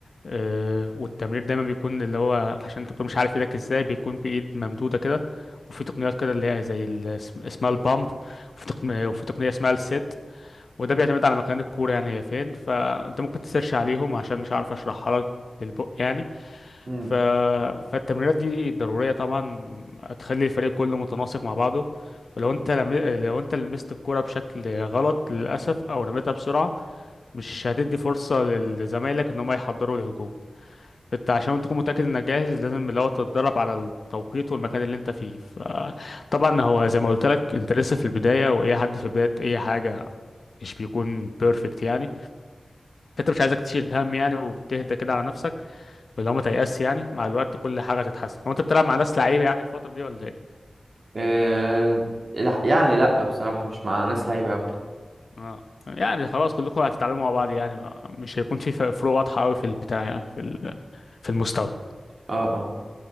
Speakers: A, on the left (about 70°); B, on the right (about 60°).
A: آه، والتمرير دايما بيكون اللي هو عشان انت بتكون مش عارف ايدك ازاي بيكون بإيد ممدودة كده وفي تقنيات كده اللي هي زي ال- اسم- اسمها البامب وفي تقنية وفي تقنية اسمها السيت وده بيعتمد على مكان الكورة يعني هي فين فانت ممكن تسيرش عليهم عشان مش عارف اشرحها لك بالبق يعني
B: امم
A: ف... فالتمرينات دي ضرورية طبعا هتخلي الفريق كله متناسق مع بعضه ولو انت لم... لو انت لمست الكرة بشكل غلط للأسف أو رميتها بسرعة مش هتدي فرصة لزمايلك إن هم يحضروا الهجوم انت عشان تكون متأكد انك جاهز لازم اللي هو تتدرب على التوقيت والمكان اللي انت فيه فطبعا هو زي ما قلت لك انت لسه في البداية وأي حد في بداية أي حاجة مش بيكون بيرفكت يعني فانت مش عايزك تشيل هم يعني وتهدى كده على نفسك واللي هو ما تيأس يعني مع الوقت كل حاجه هتتحسن هو انت بتلعب مع ناس لعيبه يعني الفتره دي ولا ايه
B: آه... الح- يعني لا بصراحه مش مع ناس لعيبه قوي
A: اه يعني خلاص كلكم هتتعلموا مع بعض يعني ما- مش هيكون في فرق- فروق واضحه قوي في البتاع يعني في ال- في المستوى
B: اه اه